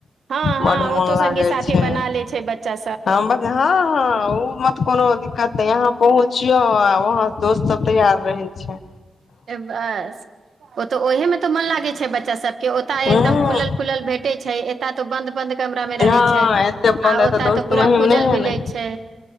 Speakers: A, on the right; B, on the left.
A: हँ
B: बड्ड
A: हँ
B: मोन
A: ओ तो संगी
B: लागै
A: साथी
B: छै
A: बना ले छै बच्चा
B: हम हँ हँ
A: सब
B: ओ मत कोन कोनो दिक्कत यहाँ पहुँचियौ आ वहां दोस्त सब तैयार रहै छै
A: बस ओ तऽ ओही मे तऽ मन लागै छै बच्चा सब के ओताय
B: हँ
A: एकदम खुलल खुलल भेटे छै एत तो बन्द बन्द कमरा मे रहे
B: हँ
A: छै आ
B: एते बन्द एते
A: ओता
B: दोस्त
A: तऽ पूरा
B: महिम
A: खुजल
B: नहि हने
A: मिलै छै